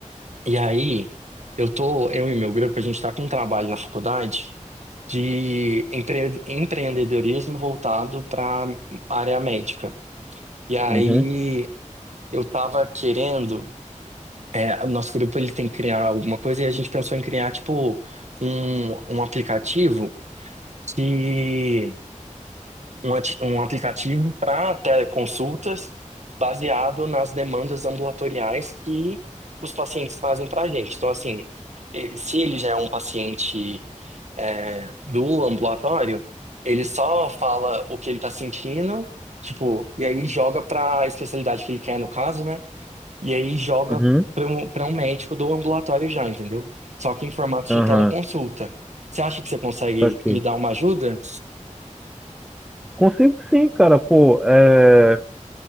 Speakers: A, on the right; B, in the centre.
A: E aí, eu tô, eu e meu grupo, a gente tá com um trabalho na faculdade de empre- empreendedorismo voltado para área médica. E aí,
B: Uhum,
A: eu tava querendo É, O nosso grupo ele tem que criar alguma coisa e a gente pensou em criar tipo um, um aplicativo que um, ati- um aplicativo para teleconsultas baseado nas demandas ambulatoriais que os pacientes trazem para a gente. Então, assim, eh, se ele já é um paciente é, do ambulatório, ele só fala o que ele está sentindo, tipo, e aí joga para a especialidade que ele quer, no caso, né? e aí joga
B: uhum,
A: para um, para um médico do ambulatório já, entendeu? Só que em formato
B: aham,
A: de teleconsulta. Você acha que você consegue
B: tá aqui.
A: me dar uma ajuda?
B: Consigo sim, cara, pô. É,